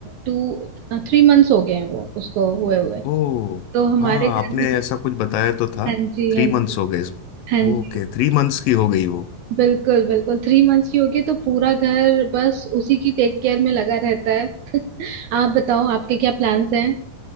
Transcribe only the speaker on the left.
ओ
हाँ
आपने
ऐसा कुछ बताया तो था
थ्री
मंथ्स हो गए इस-
ओके
थ्री मंथ्स की हो गई वो